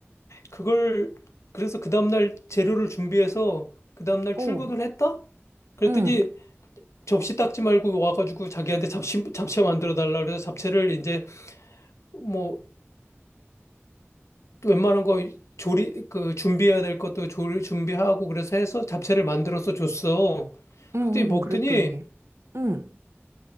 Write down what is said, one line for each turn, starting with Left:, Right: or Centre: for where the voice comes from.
Left: 그걸, 그래서 그 다음날 재료를 준비해서 그 다음날
Right: 어,
Left: 출근을 했다? 그랬더니
Right: 음,
Left: 접시 닦지 말고 와가지고 자기한테 잡채, 잡채 만들어 달라. 그래서 잡채를 이제 뭐 웬만한 거 조리, 그 준비해야 될 것도 조리 준비하고 그래서 해서 잡채를 만들어서 줬어.
Right: 음,
Left: 그랬더니 먹더니
Right: 음, 그랬더니. 음.